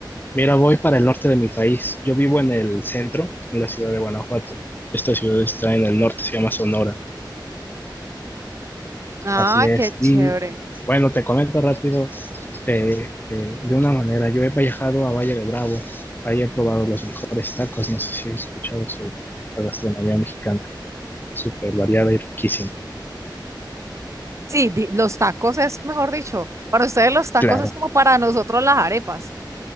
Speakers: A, on the left; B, on the right.
A: Mira, voy para el norte de mi país. Yo vivo en el centro, en la ciudad de Guanajuato. Esta ciudad está en el norte, se llama Sonora.
B: Ay,
A: Así es.
B: qué chévere.
A: Y bueno, te comento rápido de, de- de una manera. Yo he viajado a Valle de Bravo. Ahí he probado los mejores tacos. No sé si he escuchado sobre la gastronomía mexicana. Súper variada y riquísima.
B: Sí, di- los tacos es, mejor dicho, para ustedes los tacos
A: Claro.
B: es como para nosotros las arepas.